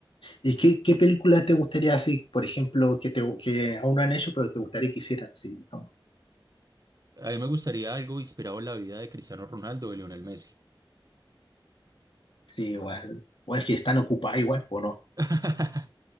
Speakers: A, on the left; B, on the right.
A: ¿Y qué, qué película te gustaría así, por ejemplo, que te que aún no han hecho, pero te gustaría que hicieran así? ¿no?
B: A mí me gustaría algo inspirado en la vida de Cristiano Ronaldo o Lionel Messi.
A: Sí, igual. O es que están ocupadas igual, pues no.
B: <laughs>